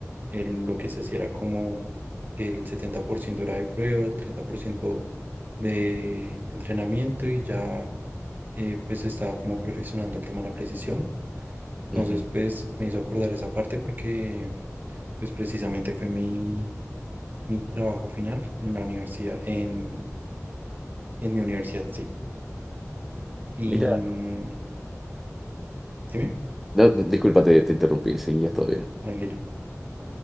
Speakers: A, on the right (about 35°); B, in the centre.
A: el- lo que se hacía era como el 70% era de prueba, el 30% de entrenamiento y ya eh, pues estaba como perfeccionando el tema de la precisión. Entonces
B: Ujú.
A: pues me hizo acordar esa parte porque pues precisamente fue mi, mi trabajo final en la universidad, en, en mi universidad, sí. Y
B: Mira,
A: mm, dime,
B: no, disculpa, te, te interrumpí, seguías todavía.
A: tranquilo.